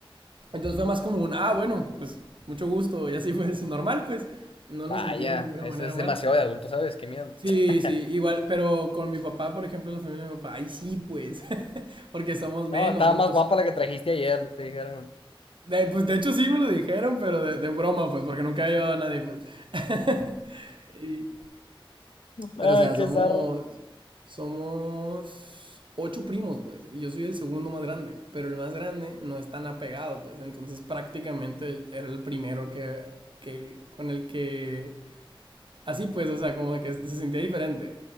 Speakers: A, on the right; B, on the left.
A: Entonces fue más como un, ah, bueno, pues mucho gusto, y así fue normal, pues no lo
B: Vaya,
A: sentí de ninguna
B: eso
A: manera
B: es
A: mal.
B: demasiado de adulto, ¿sabes? Qué miedo.
A: Sí,
B: <laughs>
A: sí, igual, pero con mi papá, por ejemplo, la familia de mi papá, ay, sí, pues, <laughs> porque somos menos,
B: No, estaba
A: somos...
B: más guapa la que trajiste ayer, te dijeron.
A: de- pues de hecho sí me lo dijeron, pero de, de broma, pues, porque nunca había llevado a nadie, pues. <laughs> Y- pero
B: Ay,
A: o sea,
B: qué
A: somos...
B: zarra.
A: Somos ocho primos, pues, y yo soy el segundo más grande, pero el más grande no es tan apegado, pues, entonces prácticamente era el primero que, que con el que Así pues, o sea, como que se sentía diferente.